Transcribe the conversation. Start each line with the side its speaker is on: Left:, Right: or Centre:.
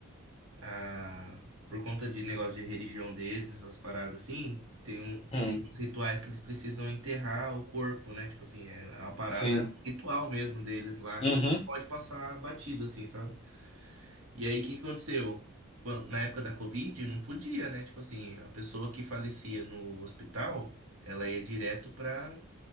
Right: ah, por conta de negócio de religião deles, essas paradas assim, tem, um,
Left: hum,
Right: tem uns rituais que eles precisam enterrar o corpo, né? Tipo assim, é uma parada
Left: sim.
Right: um ritual mesmo deles lá,
Left: Uhum.
Right: que pode passar batido, assim, sabe? E aí o que que aconteceu? Quan- Na época da Covid, não podia, né? Tipo assim, a pessoa que falecia no hospital, ela ia direto pra,